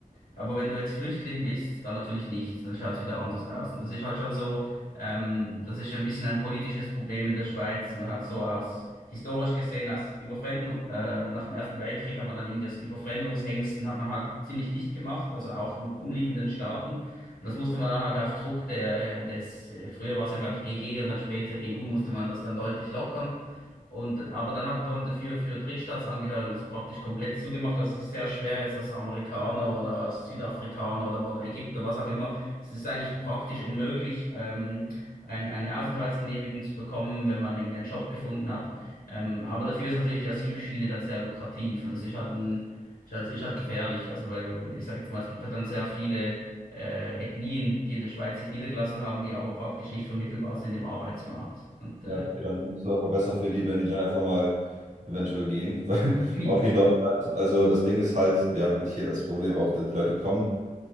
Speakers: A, on the left; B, on the right.
A: Aber wenn du jetzt Flüchtling bist, dann natürlich nicht. Dann schaut es wieder anders aus. Und das ist halt schon so, ähm, das ist ein bisschen ein politisches Problem in der Schweiz. Man hat so aus, historisch gesehen, aus Überfremden, äh, nach dem Ersten Weltkrieg hat man dann irgendwie aus Überfremdungsängsten hat man halt ziemlich dicht gemacht, also auch mit den umliegenden Staaten. Und das musste man dann halt auf Druck der, des, äh, früher war es ja glaube ich EG und dann später EU, musste man das dann deutlich lockern. Und, aber dann hat man dafür für Drittstaatsangehörigen das praktisch komplett zugemacht. Das ist sehr schwer jetzt als Amerikaner oder als Südafrikaner oder, oder Ägypter, was auch immer. Es ist eigentlich praktisch unmöglich, ähm, ein, eine Aufenthaltsgenehmigung zu bekommen, wenn man irgendeinen Job gefunden hat. Ähm, aber dafür ist natürlich die Asylschiene dann sehr lukrativ und das ist halt ein, ist halt, ist halt gefährlich. Also weil, weil ich sage jetzt mal, es gibt halt dann sehr viele äh, Ethnien, die in der Schweiz sich niedergelassen haben, die aber praktisch nicht vermittelbar sind im Arbeitsmarkt. Und
B: Ja,
A: äh,
B: okay, dann ist es auch besser für die, wenn die dann einfach mal eventuell gehen. <laughs> Weil
A: <laughs>
B: auch hier in Deutschland, also das Ding ist halt, wir haben halt hier das Problem auch, dass die Leute kommen,